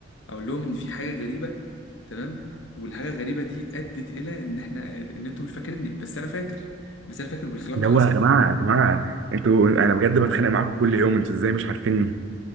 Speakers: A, on the left; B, on the right.
A: اقول لهم ان في حاجه غريبه تمام والحاجه الغريبه دي ادت الى ان احنا ان انتوا مش فاكريني بس انا فاكر بس انا فاكر والكلام
B: اللي
A: ده
B: هو
A: حصل
B: يا جماعه يا جماعه انتوا انا بجد بتخانق معاكم كل يوم انتوا ازاي مش عارفيني